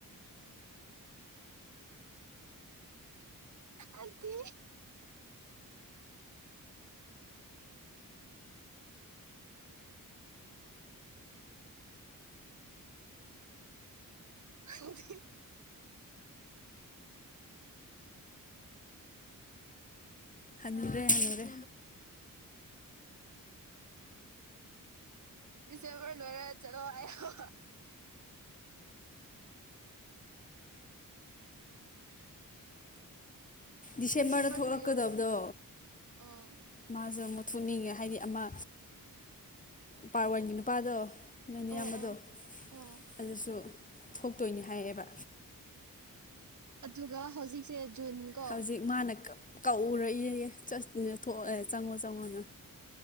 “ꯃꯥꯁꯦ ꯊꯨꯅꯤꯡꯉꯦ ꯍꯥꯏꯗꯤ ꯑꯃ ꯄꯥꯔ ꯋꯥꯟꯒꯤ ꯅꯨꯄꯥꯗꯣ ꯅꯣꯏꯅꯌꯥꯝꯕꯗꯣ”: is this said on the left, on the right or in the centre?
Left